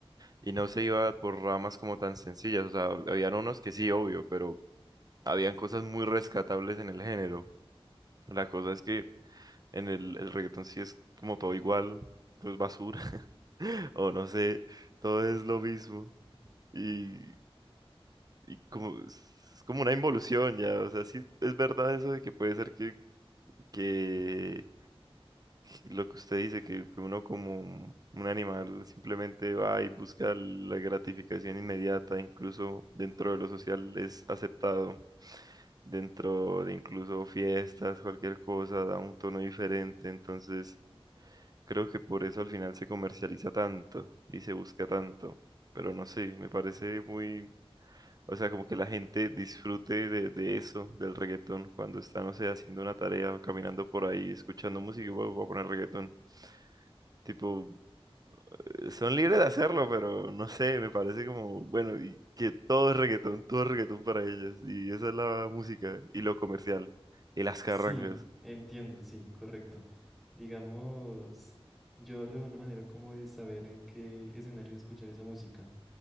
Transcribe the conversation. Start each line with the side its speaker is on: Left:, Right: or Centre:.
Right: y no se iba por ramas como tan sencillas, o sea, habían unos que sí, obvio, pero habían cosas muy rescatables en el género. La cosa es que En el, el reggaetón sí es como todo igual, todo es basura, <laughs> o no sé, todo es lo mismo. Y, y como, es como una involución ya, o sea, sí es verdad eso de que puede ser que, que lo que usted dice, que, que uno como un animal simplemente va y busca la gratificación inmediata, incluso dentro de lo social es aceptado, dentro de incluso fiestas, cualquier cosa, da un tono diferente, entonces... Creo que por eso al final se comercializa tanto y se busca tanto. Pero no sé, me parece muy, o sea, como que la gente disfrute de, de eso, del reggaetón, cuando está, no sé, haciendo una tarea o caminando por ahí, escuchando música y "Bueno, voy a poner reggaetón. Tipo, eh, son libres de hacerlo, pero no sé, me parece como, bueno, y que todo es reggaetón, todo es reggaetón para ellos. Y esa es la música y lo comercial y las carrangas.
Centre: Sí, entiendo, sí, correcto. Digamos, yo hablo de una manera como de saber en qué escenario escuchar esa música.